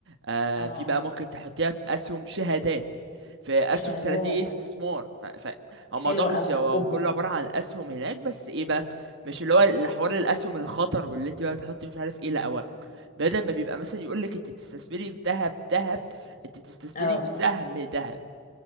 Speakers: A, on the right; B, on the left.
A: آه
B: اه
A: في بقى ممكن تحطيها في اسهم شهادات في اسهم
B: شهادات
A: صناديق استثمار ف... ف... هو الموضوع
B: حلوة
A: بصي
B: قوي
A: هو
B: وب...
A: كله عبارة عن اسهم هناك بس ايه بقى مش اللي هو حوار الاسهم الخطر واللي انت بقى بتحطي مش عارف ايه لا هو بدل ما بيبقى مثلا يقول لك انت بتستثمري في ذهب ذهب انت بتستثمري
B: اه
A: في سهم ذهب